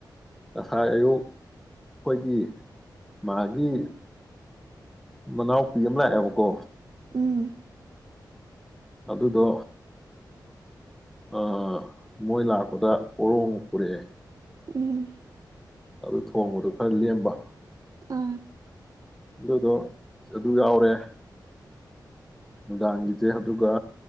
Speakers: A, in the centre; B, on the right.
A: ꯉꯁꯥꯏ ꯑꯌꯨꯛ ꯑꯩꯈꯣꯏꯒꯤ ꯃꯥꯒꯤ ꯃꯅꯥꯎꯄꯤ ꯑꯃ ꯂꯥꯛꯑꯦꯕꯀꯣ
B: ꯎꯝ
A: ꯑꯗꯨꯗꯣ ꯑ ꯃꯣꯏ ꯂꯥꯛꯄꯗ ꯄꯣꯔꯣꯡ ꯄꯨꯔꯛꯑꯦ
B: ꯎꯝ
A: ꯑꯗꯨ ꯊꯣꯡꯕꯗꯨ ꯈꯔ ꯂꯦꯞꯄ
B: ꯑ
A: ꯑꯗꯨꯗꯣ ꯑꯗꯨ ꯌꯥꯎꯔꯦ ꯅꯨꯡꯗꯥꯡꯒꯤꯁꯦ ꯑꯗꯨꯒ